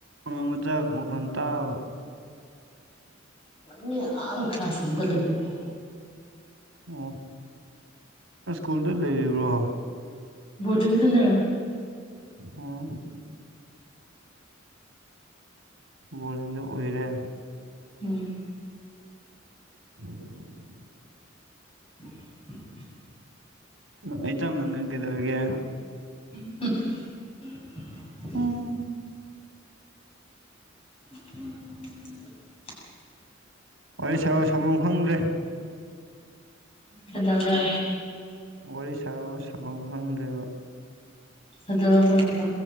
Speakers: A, on the right; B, on the left.
A: ꯑꯉꯥꯡ ꯃꯆꯥ ꯃꯈꯣꯟ ꯇꯥꯕ
B: ꯃꯤꯅ ꯑꯥ ꯀ꯭ꯂꯥꯁ ꯔꯨꯝꯗ ꯂꯩꯕꯕꯨ
A: ꯎꯝ ꯁ꯭ꯀꯨꯜꯗ ꯂꯩꯔꯤꯕ꯭ꯔꯣ
B: ꯕꯣꯔꯗꯤꯡꯗ ꯂꯩꯔꯪ
A: ꯑꯨꯡ ꯕꯣꯔꯗꯤꯡꯗ ꯎꯏꯔꯦ
B: ꯎꯝ
A: <inaudible>
B: <inaudible>
A: ꯑ ꯑꯩꯇꯃꯥ ꯅꯪ ꯀꯩꯗꯧꯔꯤꯒꯦ
B: <unintelligible>
A: ꯎꯝ
B: <unintelligible>
A: ꯋꯥꯔꯤ ꯁꯥꯔꯣ ꯁꯥꯐꯝ ꯈꯪꯗ꯭ꯔꯦ
B: ꯀꯩꯗꯧꯔꯦ
A: ꯋꯥꯔꯤ ꯁꯥꯔꯛꯑꯣ ꯁꯥꯕꯝ ꯈꯪꯗ꯭ꯔꯦꯕ
B: ꯀꯥꯗꯧꯔꯕꯅꯣꯕ